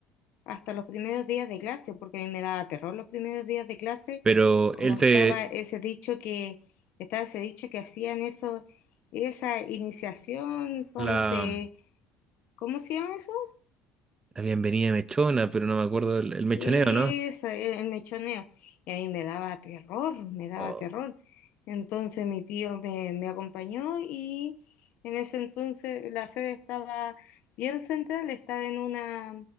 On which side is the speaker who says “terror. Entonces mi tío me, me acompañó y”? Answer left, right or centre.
Left